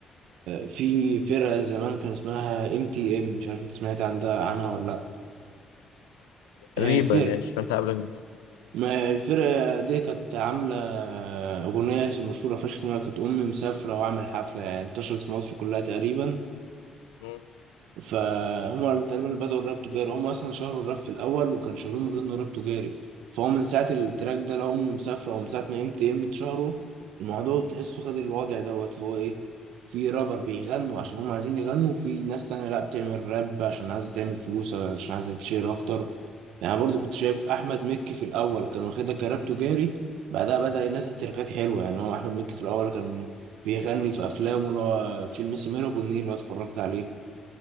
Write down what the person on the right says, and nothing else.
في فرقة زمان كان اسمها ام تي ام مش عارف انت سمعت عن ده عنها ولا لا هي
الفرق
ما الفرقة دي كانت عاملة أغنية مشهورة فشخ اسمها كانت أمي مسافرة وأعمل حفلة يعني انتشرت في مصر كلها تقريبا
فهم تقريبا بدأوا الراب تجاري هم أصلا شهروا الراب في الأول وكان شهرهم من ضمن راب تجاري فهو من ساعة التراك ده لو هم مسافرة أو من ساعة ما ام تي ام اتشهروا الموضوع تحسه خد الوضع دوت اللي هو إيه في رابر بيغنوا عشان هم عايزين يغنوا وفي ناس تانية لأ بتعمل راب عشان عايزة تعمل فلوس أو عشان عايزة تشير أكتر يعني برضو كنت شايف أحمد مكي في الأول كان واخدها كراب تجاري بعدها بدأ ينزل تركات حلوة يعني هو أحمد مكي في الأول كان بيغني في أفلامه اللي هو فيلم سمير أبو النيل اللي أنا اتفرجت عليه